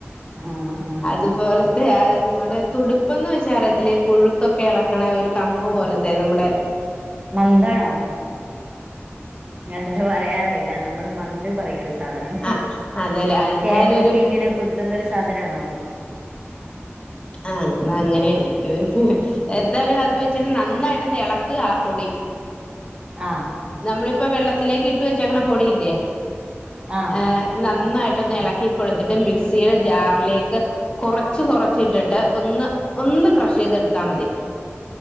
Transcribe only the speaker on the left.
അതുപോലത്തെ
അത് അങ്ങണ്ട് തുടുപ്പ്ന്ന് വെച്ചാ അറിയത്തില്ലെ ഈ പുഴുക്കൊക്കെ എളക്കണ ഒരു കമ്പ് പോലത്തെ നമ്മടെ
ആ അതെല്ലേ എന്തായാലും
ഒരു
ആ ന്നാ അങ്ങനെയായിരിക്കും എന്തായാലും അത് വെച്ചിട്ട് നന്നായിട്ടൊന്ന് എള ക്കാ ആ പൊടി
നമ്മളിപ്പോ വെള്ളത്തിലേക്ക് ഇട്ട് വെച്ചേക്ക്‌ണ പൊടിയില്ലേ
ഏ നന്നായിട്ടൊന്ന് ഇളക്കി കൊഴച്ചിട്ട് മിക്സിയുടെ ജാറിലേക്ക് കുറച്ച് കുറച്ചിട്ടി ട്ട് ഒന്ന് ഒന്ന് ക്രഷ് ചെയ്തെടുത്താ മതി